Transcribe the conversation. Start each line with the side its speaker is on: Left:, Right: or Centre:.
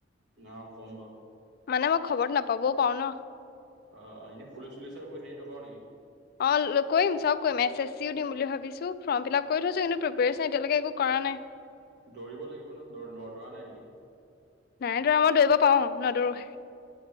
Right: অ ক'ম বাৰু
Left: মানে মই খবৰত নাপাবও পাৰো ন।
Right: অ', অ', এনে পুলিচ চুলিচৰ বোৰ হেৰি নকৰ নেকি।
Left: অঁ কৰিম চব কৰিম এছ এছ চিও দিম বুলি ভাবিছোঁ ফৰ্ম ফিল আপ কৰি থৈছোঁ কিন্তু প্ৰিপেৰেশ্যন এতিয়ালৈকে একো কৰা নাই। <inaudible>
Right: দৌৰিব লাগিব নহয় ন' দৌৰা নাই নেকি?
Left: নাই দৌৰা মই দৌৰিব পাওঁ নদৌৰোহে।